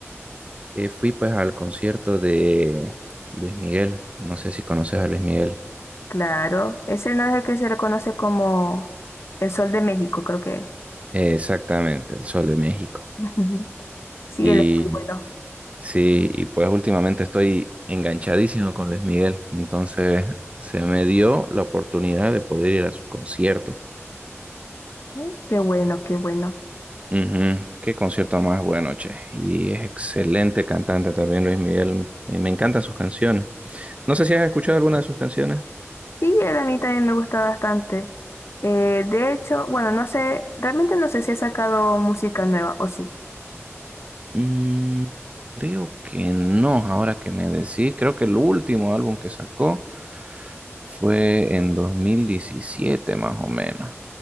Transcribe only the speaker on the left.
Claro, ese no es el que se le conoce como el Sol de México, creo que es.
<laughs> Sí,
él es muy bueno.
Mm, Qué bueno, qué bueno.
Sí, él a mí también me gusta bastante. Eh, de hecho, bueno, no sé, realmente no sé si ha sacado música nueva o sí.